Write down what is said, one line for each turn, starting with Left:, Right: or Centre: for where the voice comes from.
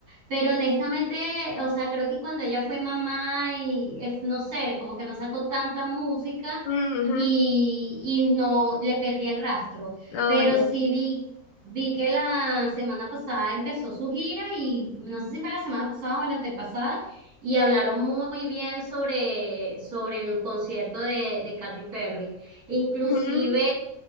Right: pero honestamente, o sea, creo que cuando ella fue mamá y es, no sé, como que no sacó tanta música
Left: Ujú.
Right: y, y no le perdí el rastro,
Left: Oh,
Right: pero
Left: ya.
Right: sí vi... Vi que la semana pasada empezó su gira y no sé si fue la semana pasada o la antepasada y hablaron muy bien sobre, sobre el concierto de, de Katy Perry. Inclusive
Left: Ujú,